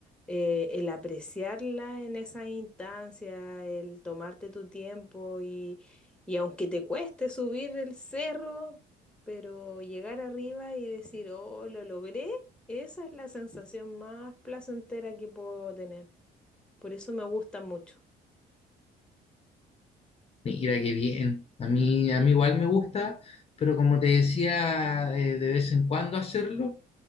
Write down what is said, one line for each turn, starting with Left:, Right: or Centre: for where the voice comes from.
Centre: eh, el apreciarla en esa instancia, el tomarte tu tiempo y, y aunque te cueste subir el cerro, pero llegar arriba y decir, oh, lo logré, esa es la sensación más placentera que puedo tener. Por eso me gusta mucho.
Left: Mira qué bien. A mí, a mí igual me gusta, pero como te decía, eh, de vez en cuando hacerlo,